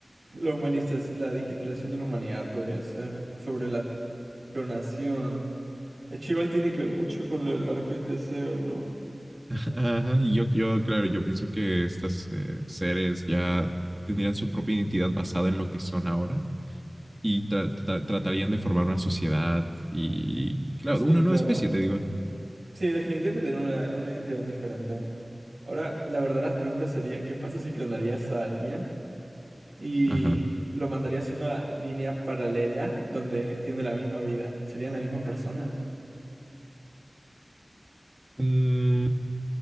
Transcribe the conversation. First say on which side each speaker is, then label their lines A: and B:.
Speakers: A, on the right (about 75°); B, on the right (about 20°).
A: La humanización, la digitalización de la humanidad podría ser sobre la clonación. el chival tiene que ver mucho con lo del barco de Teseo, ¿no?
B: <laughs> Ajá, Y yo, yo, claro, yo pienso que estos eh, seres ya tendrían su propia identidad basada en lo que son ahora y tra- tra- tratarían de formar una sociedad y, claro,
A: Sí,
B: una nueva
A: claro.
B: especie, te digo.
A: Sí, definitivamente tener una, una identidad diferente. Ahora, la verdadera pregunta sería, ¿qué pasa si clonarías a alguien y
B: Ajá.
A: lo mandarías a una línea paralela donde tiene la misma vida? ¿Serían la misma persona?
B: Mm,